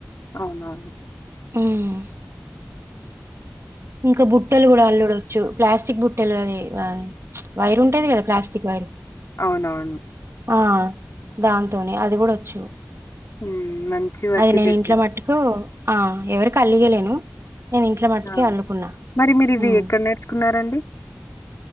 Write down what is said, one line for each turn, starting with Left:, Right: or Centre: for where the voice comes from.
Left: అవునవును.
Right: హుము ఇంకా బుట్టలు కూడా అల్లుడు ప్లాస్టిక్ బుట్టలు అది వైరు ఉంటది కదా ప్లాస్టిక్ వైరు
Left: అవునవును
Right: ఆ దాంతోని అది కూడా వచ్చు
Left: హ్మ్. మంచి వర్కే
Right: అది నేను
Left: చేస్తారు.
Right: ఇంట్లో మట్టుకు ఆ ఎవరి కలిగాలేను నేను ఇంట్లో మట్టుకే
Left: ఆ!
Right: అల్లుకున్నా
Left: మరి మీరివి
Right: మ్మ్
Left: ఎక్కడ నేర్చుకున్నారండి?